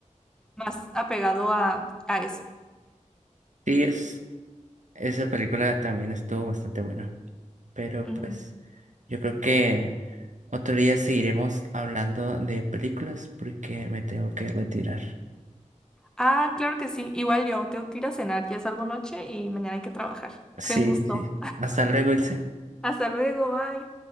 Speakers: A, in the centre; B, on the right.
A: más apegado a, a eso.
B: Sí, es Esa película también estuvo bastante buena. Pero
A: Ujú.
B: pues yo creo que otro día seguiremos hablando de películas porque me tengo que retirar.
A: Ah, claro que sí, igual yo, tengo que ir a cenar, ya es algo noche y mañana hay que trabajar.
B: Sí,
A: Fue un gusto.
B: sí. Hasta luego, Ilse.
A: Hasta luego, bye.